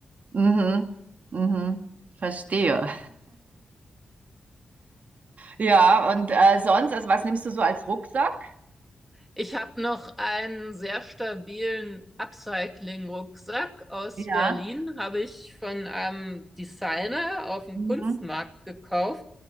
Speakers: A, on the right; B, in the centre.
A: Mhm, mhm, verstehe. Ja, und äh, sonst, also was nimmst du so als Rucksack?
B: Ich habe noch einen sehr stabilen Upcycling-Rucksack aus
A: Ja.
B: Berlin, habe ich von einem Designer auf dem
A: Mhm.
B: Kunstmarkt gekauft